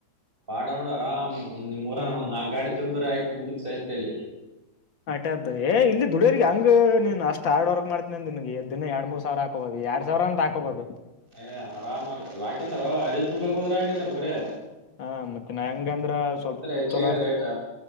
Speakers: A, on the right; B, on the left.
A: ಪಾಡ ನೋಡು ಆರಾಮ್ ಒಂದ ನಿಮ್ಊರನ
B: ಹ್ಮ್.
A: ಒಂದ್ ನಾಕ್ ಗಾಡಿ ತುಂಬ್ರ ಆಯ್ತು ಮುಗಿದ್ ಸೈಂತಲ್ಲಿ
B: ಅಟೆ ಅದ ಏ ಇಲ್ಲಿ ದುಡಿಯರ್ರಿಗೆ ಹಂಗ ನೀನ್ ಅಷ್ಟ್ ಹಾರ್ಡ್ ವರ್ಕ್ ಮಾಡ್ತೀನಿ ಅನ್ ನಿನ್ಗೆದ ದಿನ ಎರಡ್ ಮೂರ್ ಸಾವಿರ ಹಾಕಬಹುದ ಎರಡ್ ಸಾವಿರ ಅಂತ ಹಾಕೋಬಹದು
A: ಏ ಆರಾಮ ಹಾಕೇತಾರ ಅರಿವು ತುಂಬಾಕ್ ಹೋದ್ರೆ ಹಾಕೇತಾರ ಬರೀ
B: ಹ ಮತ್ತೆ ನಾ ಹೆಂಗಂದ್ರ ಸ್ವಲ್ಪ
A: ಹೆಚ್ಚಿಗೆ
B: ಚಲೋ
A: ಅದ ರೇಟ್